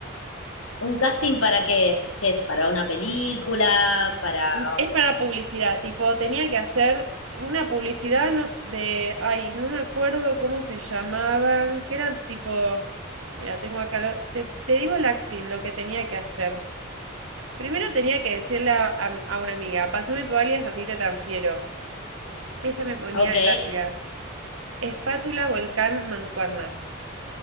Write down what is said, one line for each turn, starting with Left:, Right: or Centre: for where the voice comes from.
Left: ¿Un casting para qué es? ¿Qué es? ¿Para una película? ¿Para...?
Right: Es para publicidad, tipo, tenía que hacer una publicidad no- de, ay, no me acuerdo cómo se llamaban, que eran tipo, mira, tengo acá, lo- te, te digo el acting, lo que tenía que hacer. Primero tenía que decirle a, a- a una amiga, pásame tu alias, así te transfiero. Ella me ponía
Left: Ok,
Right: el alias. Espátula Volcán Mancuerna.